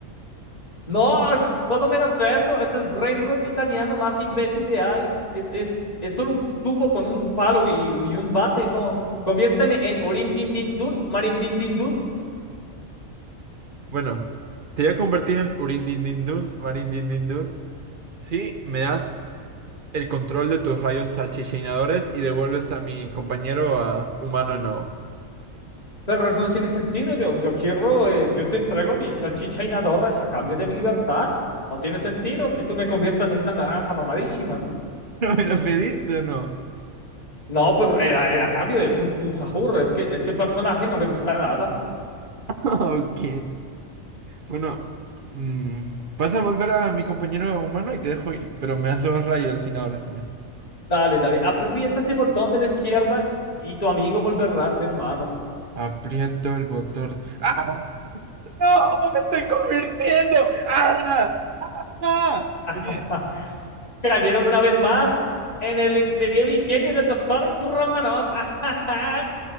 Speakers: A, on the left; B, on the right.
A: No, todo menos eso. Es el brain rot italiano más imbécil de ahí. Es, es, es solo un tubo con un palo y, y un bate. No, conviérteme en orin din din dun, marin din din dun.
B: Bueno, te voy a convertir en Urindindindun, Marindindindun, si me das el control de tus rayos salchichinadores y devuelves a mi compañero a humano no.
A: Pero eso no tiene sentido. Yo, yo quiero, eh, yo te entrego mi salchicha y nadorras a cambio de mi libertad. No tiene sentido que tú me conviertas en una naranja mamadísima.
B: <laughs> ¿Me lo pediste o no? <laughs>
A: No, pero era, era a cambio de Tun Tun Sahur. Es que ese personaje no me gusta nada.
B: Ok. Bueno, mm, vas a volver a mi compañero humano y te dejo ir, pero me das los rayos hallucinadores también.
A: Dale, dale, aprieta ese botón de la izquierda y tu amigo volverá a ser humano.
B: Aprieto el botón. ¡Ah! ¡No! ¡Me estoy convirtiendo! ¡Ah! ¡Ah! Oye.
A: <laughs> cayeron una vez más en el increíble ingenio del doctor Stronganoff. <laughs>